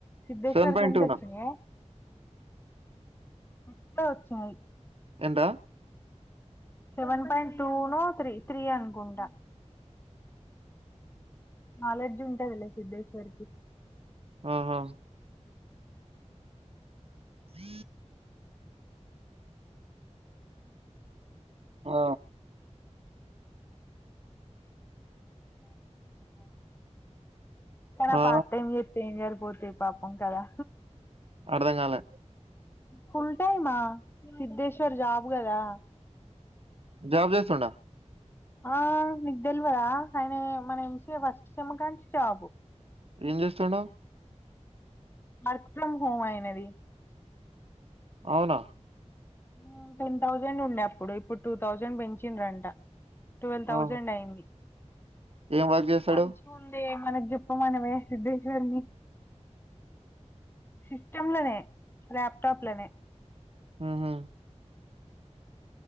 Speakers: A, on the left (about 20°); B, on the right (about 55°).
A: సిద్ధేశ్వర్కి
B: సెవెన్ పాయింట్
A: ఎంత
B: టూ
A: వచ్చినయే
B: నా
A: ఎక్కువే వచ్చాయి.
B: ఎంత
A: seven point two no, three three అనుకుంటా. నాలెడ్జ్ ఉంటది లే సిద్దేశ్వర్ కి
B: ఆహ హ ఆ
A: కనా
B: ఆ
A: పార్ట్ టైం చేత్ ఏం సరిపోతయ్, పాపం కదా
B: అర్ధం కాలే
A: ఫుల్ టైమా సిద్దేశ్వర్ జాబ్ కదా
B: జాబ్ చేస్తుండా?
A: ఆ నీక్ తెల్వదా ఆయనే మన M C A first sem కన్నించి జాబు.
B: ఏం చేస్తుండు?
A: వర్క్ ఫ్రమ్ హోమ్ అయినది.
B: అవునా
A: ఉమ్ టెన్ థౌజండ్ ఉండే అప్పుడు, ఇప్పుడు టూ థౌజండ్ పెంచిండ్రంట. ట్వల్వ్ థౌజండ్
B: ఆ
A: అయింది,
B: ఏం వర్క్ చేస్తాడు
A: మంచి ముందే మనక్ చెప్ప మనవే సిధేశ్వర్ని సిస్టమ్ లనే, ల్యాప్టాప్ లనే
B: ఉహు